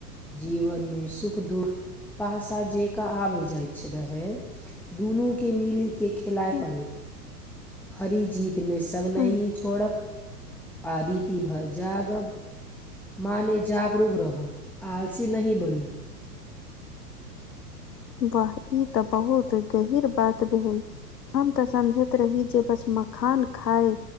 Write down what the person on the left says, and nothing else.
हूं
हूं
वाह ई तऽ बहुत गहींर बात भेल हम तऽ समझैत रही जे बस मखान खाय